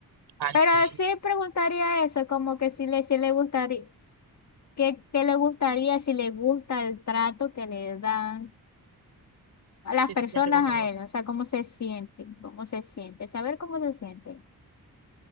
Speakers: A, on the right; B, on the left.
A: Ay,
B: Pero
A: sí.
B: sí preguntaría eso, como que si le, si le gustaría, qué, qué le gustaría, si le gusta el trato que le dan a las
A: Sí,
B: personas
A: se siente cómodo.
B: a él, o sea, cómo se sienten, cómo se siente, saber cómo se siente.